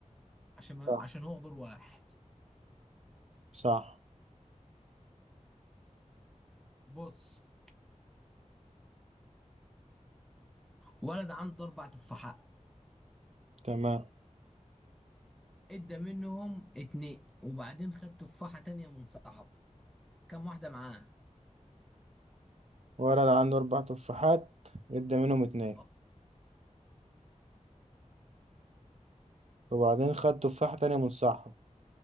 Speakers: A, in the centre; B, on the right (about 55°).
A: عشان
B: صح
A: عشان هو دور واحد
B: صح
A: بص ولد عنده أربع تفاحات
B: تمام
A: ادى منهم اتنين وبعدين خد تفاحة تانية من صاحبه كم واحدة معاه؟
B: ولد عنده اربع تفاحات ادى منهم اتنين
A: اه
B: وبعدين خد تفاحة تانية من صاحبه